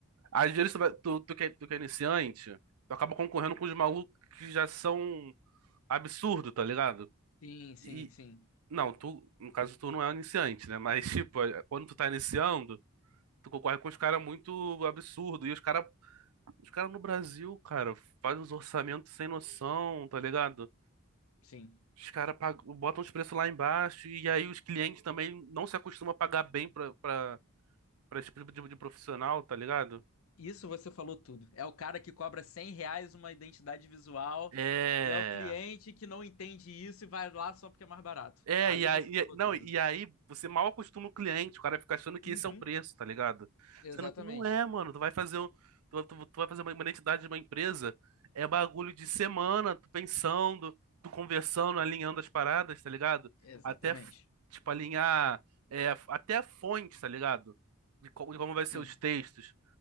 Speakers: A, on the right (about 80°); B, on the left (about 65°).
A: às vezes tu, vai- tu, tu, que, é tu que é iniciante, tu acaba concorrendo com os malucos que já são absurdo, tá ligado?
B: Sim, sim,
A: E.
B: sim.
A: Não, tu, no caso, tu não é um iniciante, né? Mas, <laughs> tipo, é- quando tu tá iniciando, tu concorre com os caras muito absurdo. E os caras Os caras no Brasil, cara, faz os orçamentos sem noção, tá ligado?
B: Sim.
A: Os caras pag- botam os preços lá embaixo e aí os clientes também não se acostumam a pagar bem pra, pra, pra esse tipo de, de profissional, tá ligado?
B: Isso você falou tudo. É o cara que cobra 100 reais uma identidade visual
A: É.
B: e é o cliente que não entende isso e vai lá só porque é mais barato.
A: É,
B: Aí
A: e aí,
B: você
A: e-
B: falou
A: não,
B: tudo.
A: e aí você mal acostuma o cliente, o cara fica achando que
B: Uhum.
A: esse é o preço, tá ligado?
B: Exatamente.
A: Sendo que não é, mano. Tu vai fazer, o- tu, tu, tu vai fazer uma, uma identidade de uma empresa, é bagulho de semana, tu pensando, tu conversando, alinhando as paradas, tá ligado?
B: Exatamente.
A: Até, f- tipo, alinhar, é, até a fonte, tá ligado? De, co- de como vai
B: Sim.
A: ser os textos.